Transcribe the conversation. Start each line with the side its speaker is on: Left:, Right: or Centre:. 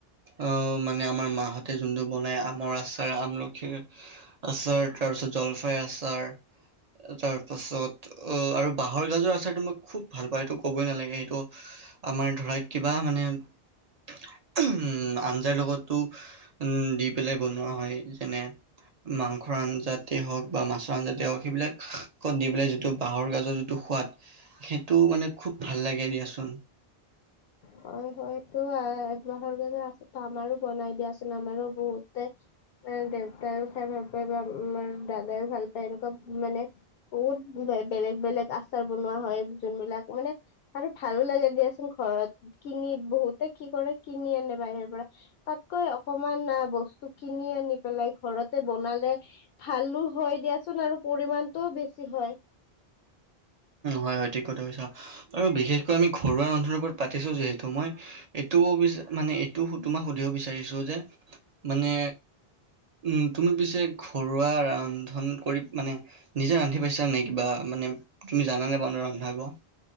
Right: অ মানে আমাৰ মাহত তাতে যোনটো বনাই আমৰ আচ- ত আমলখিৰ আচাৰ, তাৰপিছত জলফাইৰ আচাৰ। তাৰ পাছত আৰু বাঁহৰ গাজৰ আচাৰটো মই খুব ভাল পাওঁ সেইটো ক'বই নালাগে সেইটো। আমাৰ ধৰা কিবা মানে উম আঞ্জাৰ লগত, টো দি পেলাই বনোৱা হয় যেনে- মাংসৰ আঞ্জাতে হওক, বা মাছৰ আঞ্জাতে হওক সেইবিলাকত দি পেলাই যিটো বাঁহৰ গাজৰ যিটো- সোৱাদ, সেইটো মানে খুব ভাল লাগে দিয়াচোন।
Left: হয় হয়তটো একমাহৰ আছে আমাৰো বনাই দিয়াচোন আমাৰো বহুতে, দেউতাইও খাই ভাল পায় বা আমাৰ দাদাইও ভাল পায় এনেকুৱা মানে, বহুত বেলেগ বেলেগ আচাৰ বনোৱা হয় যোনবিলাক মানে- আৰু ভালো লাগে দিয়াচোন ঘৰত কিনি বহুতে কি কৰে কিনি আনে বাহিৰ পৰা। তাতকৈ অকমান আ বস্তু কিনি আনি পেলাই ঘৰতে বনালে, ভালো হয় দিয়াচোন আৰু পৰিমণটোও বেছি হয়।
Right: হয় ঠিক কথা কৈছা। আৰু বিশেষকৈ আমি ঘৰুৱা ৰন্ধাৰ ওপৰত পাতিছোঁ যিহেতু মই, এইটো বিচ মানে এইটো তোমাক সুধিব বিচাৰিছো যে, মানে উম তুমি পিছে ঘৰুৱা ৰন্ধন কৰি মানে, নিজে ৰান্ধি পাইছা নাই কিবা মানে তুমি জানানে বনা ৰন্ধাব?